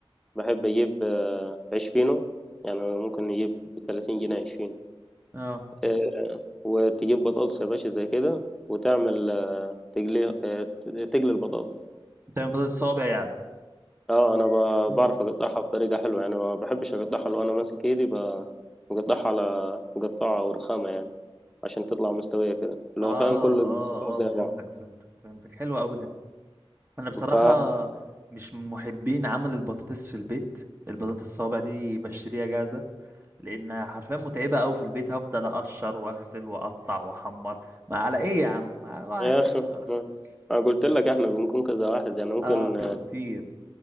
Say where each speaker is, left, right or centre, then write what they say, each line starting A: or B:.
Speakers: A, in the centre; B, on the right.
A: بحب اجيب آه، عيش فينو يعني ممكن نجيب ب 30 جنيه عيش فينو
B: اه
A: آه، وتجيب بطاطس يا باشا زي كده وتعمل آه، تقلي آه، تقلي البطاطس
B: تعمل بطاطس صوابع يعني
A: اه انا ب-
B: امم
A: بعرف اقطعها بطريقه حلوه يعني ما بحبش اقطعها لو انا ماسك ايدي ب- بقطعها على مقطعه او رخامه يعني عشان تطلع مستويه كده اللي
B: اه
A: هو فاهم كل الصفوف
B: اه
A: زي
B: اه فهمتك
A: بعض
B: فهمتك فهمتك حلو قوي ده انا بصراحه
A: ف
B: مش من محبين عمل البطاطس في البيت البطاطس الصوابع دي بشتريها جاهزه لان حرفيا متعبه قوي في البيت هفضل اقشر واغسل واقطع واحمر ما على ايه يا عم أروح اشتري
A: يا اخي
B: خلاص <laughs>
A: انا قلت لك احنا بنكون كذا واحد يعني ممكن
B: اه بتبقوا كتير